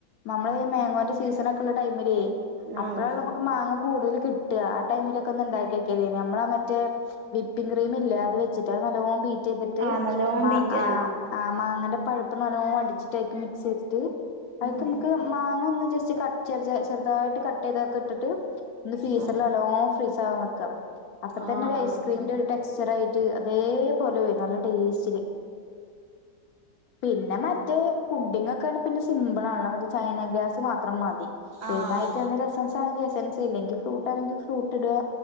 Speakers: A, on the left (about 70°); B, on the right (about 55°).
A: നമ്മള് ഈ മാങ്ങോന്റെ സീസൺ ഒക്കെ ഉള്ള ടൈമിലേ അപ്പഴാണല്ലോ
B: ആഹ്
A: മാങ്ങ കൂടുതൽ കിട്ട ആഹ് ടൈമിലൊക്കെ ഒന്ന് ഇണ്ടാക്കി നോക്കിയതേനി നമ്മളെ ആ മറ്റേ വിപ്പിംഗ് ക്രീം ഇല്ലേ അത് വെച്ചിട്ട് അത് നല്ലോം ബീറ്റ് ചെയ്തിട്ട്
B: ആഹ് നല്ലോം
A: മ
B: ബീറ്റ്
A: ആഹ് ആഹ് മാങ്ങന്റെ പഴുപ്പ് നല്ലോം അടിച്ചിട്ട് അയ്ക്ക് മിക്സ് ചെയ്തിട്ട് അയ്ക്ക്
B: ഉം
A: ഇമ്മക്ക് മാങ്ങ ഒന്ന് ജസ്റ്റ് കട്ട് ചെറ് ചെറുതായിട്ട് കട്ട് ചെയ്തൊക്കെ ഇട്ടിട്ട് ഒന്ന് ഫീസറിൽ
B: ആഹ്
A: നല്ലോം ഫ്രീസ് ആവാൻ വെക്ക അപ്പതന്നെ
B: ആഹ്
A: ഒരു ഐസ്ക്രീം ഒരു ടെക്സ്റ്റർ ആയിട്ട് അതേപോലെ വെരും നല്ല ടേസ്റ്റ് പിന്നെ മറ്റേ പുഡിഗ് ഒക്കെണ്ട് പിന്നെ സിമ്പിൾ ആണല്ലോ മറ്റേ ചൈന ഗ്രാസ് മാത്രം മതി പിന്നെ
B: ആഹ്
A: അയ്ക്ക് എന്തേലും എസൻസ് എസൻസ് ആണെങ്കിൽ എസൻസ് ഇല്ലെങ്കി ഫ്രൂട്ടാണെങ്കിൽ ഫ്രൂട്ട് ഇടാ